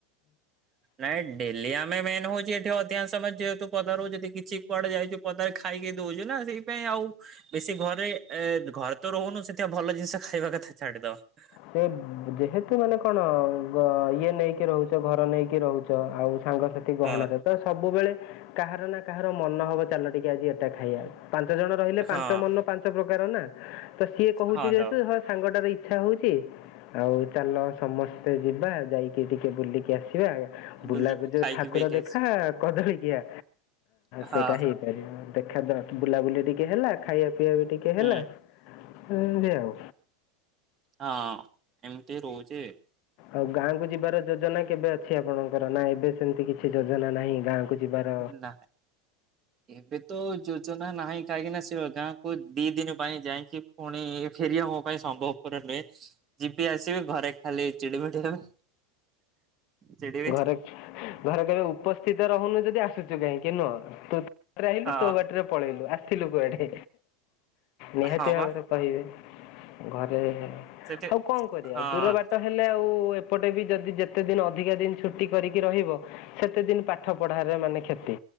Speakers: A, on the right; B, on the left.
A: ନାଇଁ ଡେଲି ଆମେ ମେନ୍ ହଉ ଯଠି ଅଧିକାଶ ସମୟ ଯେହେତୁ ପଦାରରୁ ଯଦି କିଛି କୁଆଡେ ଯାଇଛୁ ପଦାର ଖାଇକି ଦଉଛୁ ନା ସେଇପାଇ ଆଉ ବେଶୀ ଘରେ ଏ ଘରେ ତ ରହୁନୁ ସେଥିପ ଭଲ ଜିନିଷ ଖାଇବା କଥା ଛାଡିଦବା।
B: ସେ ଯେହେତୁ ମାନେ କଣ ଗ ଇଏ ନେଇକି ରହୁଛ ଘର ନେଇକି ରହୁଛ ଆଉ ସାଙ୍ଗ ତି ଗହଣରେ
A: ହଁ
B: ତ ସବୁବେଳେ କାହାର ନା କାହାର ମନ ହବ ଚାଲ ଟିକେ ଆଜି ଏଟା ଖାଇବା। ପାଞ୍ଚ ଜଣ ରହିଲେ
A: ହଁ
B: ପାଞ୍ଚ ମନ ପାଞ୍ଚ ପ୍ରକାର ନା ତ ସିଏ କହୁଛି
A: ହଁ
B: ଯେହେତୁ
A: ତ
B: ହଁ ସାଙ୍ଗଟାର ଇଚ୍ଛା ହଉଛି। ଆଉ ଚାଲ ସମସ୍ତେ ଯିବା ଯାଇକି ଟିକେ ବୁଲିକି ଆସିବା। ବୁଲାକୁ
A: ବୁଲିକି
B: ଯୋଉ
A: ଖାଇକି
B: ଠାକୁର
A: ପିଇକି
B: ଦେଖା
A: ଆସି
B: କଦଳୀକିଆ
A: ହଁ
B: ସେଇଟା ହେଇପାରିବ। ଦେଖାଦ ବୁଲାବୁଲି ଟିକେ ହେଲା ଖାଇବା ପିଇବା ବି ଟିକେ
A: ହୁଁ
B: ହେଲା ଏମତି ଆଉ।
A: ହଁ ଏମିତି ରହୁଚି।
B: ଆଉ ଗାଁକୁ ଯିବାର ଯୋଜନା କେବେ ଅଛି ଆପଣଙ୍କର ନା ଏବେ ସେମିତି କିଛି ଯୋଜନା ନାହିଁ। ଗାଁକୁ ଯିବାର
A: ନା ଏବେ ତ ଯୋ ଯୋଜନା ନାହିଁ କାହିଁକି ନା ସେ ଗାଁକୁ ଦି ଦିନ ପାଇଁ ଯାଇକି ପୁଣି ଫେରିବା ମୋ ପାଇଁ ସମ୍ଭବପର ନୁହେଁ ଯିବି ଆସିବି ଘରେ ଖାଲି ଚିଡି ମିଡି ହେବେ। ଚିଡିବି
B: ଘରେ ଘରେ କେବେ ଉପସ୍ଥିତ ରହୁନୁ ଯଦି ଆସୁଛୁ କାହିଁକି ନୁହଁ ତୁ ତୋର ଆଇଲୁ
A: ହଁ
B: ତୋ ବାଟରେ ପଳେଇଲୁ ଆ ଥିଲୁ କୁଆଡେ ନିହାତି
A: ହଁ ବା
B: ଭାବରେ କହିବେ ଘରେ।
A: ସେଠି
B: ଆଉ କଣ କରିବା
A: ହଁ
B: ଦୂର ବାଟ ହେଲେ ଆଉ ଏପଟେ ବି ଯଦି ଯେତେ ଦିନ ଅଧିକା ଦିନ ଛୁଟି କରିକି ରହିବ ସେତେ ଦିନ ପାଠ ପଢାରେ ମାନେ କ୍ଷତି।